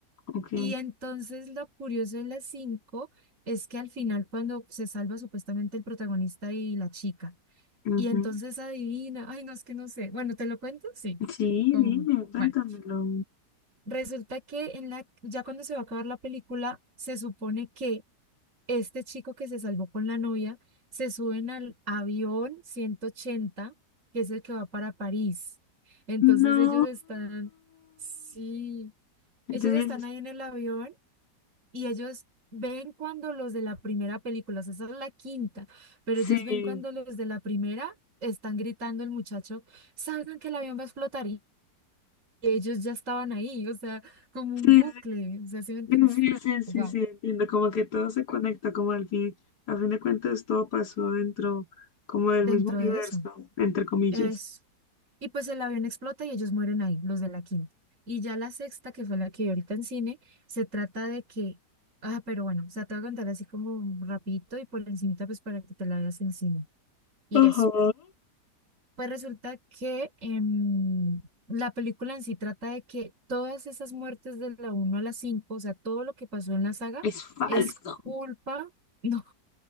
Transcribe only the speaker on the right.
Y entonces lo curioso en las cinco es que al final cuando se salva supuestamente el protagonista y la chica,
y entonces adivina, ay no, es que no sé, bueno, ¿te lo cuento? Sí,
como,
bueno, resulta que en la, ya cuando se va a acabar la película, se supone que este chico que se salvó con la novia, se suben al avión 180 que es el que va para París. Entonces
ellos están, sí,
ellos están ahí en el avión y ellos ven cuando los de la primera película, o sea, esa es la quinta, pero
ellos ven cuando los de la primera están gritando el muchacho, salgan que el avión va a explotar y ellos ya estaban ahí, o sea, como
un bucle,
o sea, ¿sí me entiendes?
Wow,
dentro
de eso.
Eso. Y pues el avión explota y ellos mueren ahí, los de la quinta. Y ya la sexta, que fue la que vi ahorita en cine, se trata de que, ah, pero bueno, o sea, te voy a contar así como rapidito y por encimita pues para que te la veas en cine. Y
eso. Pues resulta que em, la película en sí trata de que todas esas muertes de la uno a la cinco o sea, todo lo que pasó en la saga,
es culpa, <laughs> no,